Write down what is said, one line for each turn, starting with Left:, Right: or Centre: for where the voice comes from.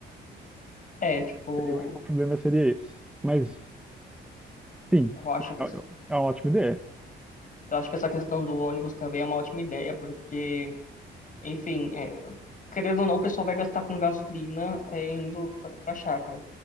Left: É, tipo,
Centre: E o único problema seria esse. Mas, sim,
Left: eu acho que
Centre: é é é uma ótima ideia.
Left: eu acho que essa questão do ônibus também é uma ótima ideia, porque Enfim, é, querendo ou não, o pessoal vai gastar com gasolina é, indo pra, pra chácara.